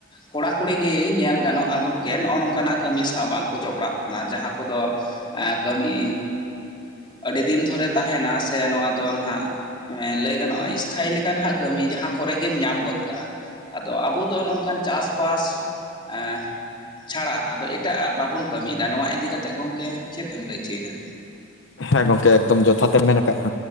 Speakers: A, on the left; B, on the left.
A: ᱠᱚᱲᱟ ᱠᱩᱲᱤ ᱜᱮ ᱧᱮᱞ ᱜᱟᱱᱚᱜᱼᱟ ᱜᱚᱢᱠᱮ ᱱᱚᱜᱼᱚᱭ ᱱᱚᱝᱠᱟᱱᱟᱜ ᱠᱟᱹᱢᱤ ᱥᱟᱶ ᱵᱟᱝᱠᱚ ᱡᱚᱯᱚᱲᱟᱜ ᱠᱟᱱᱟ ᱡᱟᱦᱟᱸ ᱠᱚᱫᱚ ᱮ ᱠᱟᱹᱢᱤ ᱟᱹᱰᱤ ᱫᱤᱱ ᱫᱷᱚᱨᱮ ᱛᱟᱦᱮᱱᱟ ᱥᱮ ᱱᱚᱣᱟ ᱫᱚ ᱱᱟᱦᱟᱜ ᱞᱟᱹᱭ ᱜᱟᱱᱚᱜᱼᱟ ᱤᱥᱛᱷᱟᱭᱤ ᱞᱮᱠᱟ ᱦᱟᱸᱜ ᱠᱟᱹᱢᱤ ᱡᱟᱦᱟᱸ ᱠᱚᱨᱮ ᱜᱮᱢ ᱧᱟᱢ ᱜᱚᱫ ᱠᱟᱜᱼᱟ ᱟᱫᱚ ᱟᱵᱚ ᱫᱚ ᱱᱚᱝᱠᱟᱱ ᱪᱟᱥᱵᱟᱥ ᱮᱻ ᱪᱷᱟᱲᱟ ᱟᱫᱚ ᱮᱴᱟᱜ ᱟᱜ ᱵᱟᱵᱚᱱ ᱠᱟᱹᱢᱤᱭᱮᱫᱟ ᱱᱚᱣᱟ ᱤᱫᱤ ᱠᱟᱛᱮᱫ ᱜᱚᱢᱠᱮ ᱪᱮᱫ ᱮᱢ ᱞᱟᱹᱭ ᱚᱪᱚᱭᱮᱫᱟ?
B: ᱦᱮᱸ ᱜᱚᱢᱠᱮ ᱮᱠᱫᱚᱢ ᱡᱚᱛᱷᱟᱛ ᱛᱮᱢ ᱢᱮᱱ ᱟᱠᱟᱫᱼᱟ